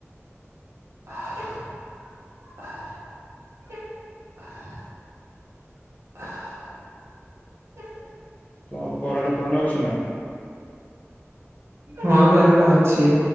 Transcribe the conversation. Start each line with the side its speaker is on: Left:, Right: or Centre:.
Right: <inaudible> <inaudible>
Left: ତମ କରେଣ୍ଟେ ଫରେଣ୍ଟେ ଅଛି ନା?
Right: ହଁ କରେଣ୍ଟେ ଅଛି।